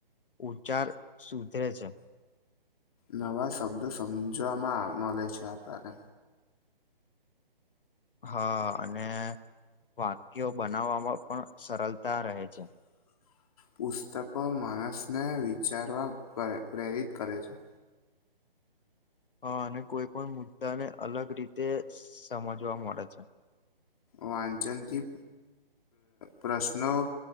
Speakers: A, on the left; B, on the left.
A: ઉચાર સુધે છે.
B: નવા શબ્દો સમજવામાં મળે છે આપણને.
A: હા અને વાક્યો બનાવવામાં પણ સરળતા રહે છે.
B: પુસ્તકો માણસને વિચારવા પ્રેરિત કરે છે.
A: હા અને કોઈ પણ મુદ્દા ને અલગ રીતે સમજવા મળે છે.
B: વાંચન થી પ્રશ્નો